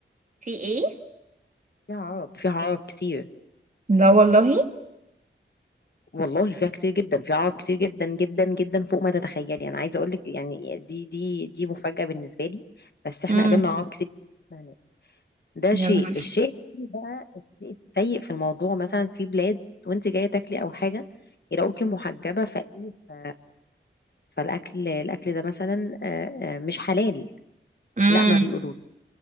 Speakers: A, on the right (about 35°); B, on the left (about 50°).
A: في ايه
B: فيها عرب فيها عرب كتير
A: لا والله
B: والله فيها كتير جدا فيها عوائق كتير جدا جدا جدا فوق ما تتخيلي انا عايزه اقول لك يعني دي دي دي مفاجاه بالنسبه لي بس احنا
A: امم
B: قابلنا عوائق كتير جدا هناك ده
A: يا
B: شيء
A: نهار
B: الشيء التاني بقى الشيء السيء في الموضوع مثلا في بلاد وانت جايه تاكلي او حاجه يلاقوكي محجبه فايه ف... فالاكل الاكل ده مثلا آه، آه، مش حلال
A: امم
B: لا ما بيقولوش